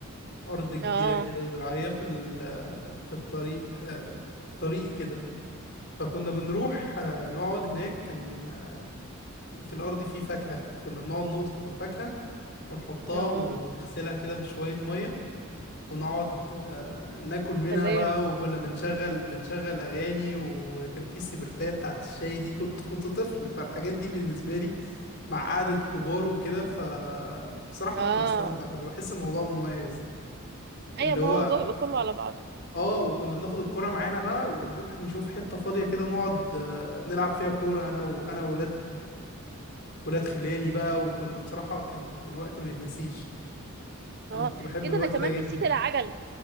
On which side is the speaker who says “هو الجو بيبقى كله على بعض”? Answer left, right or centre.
Right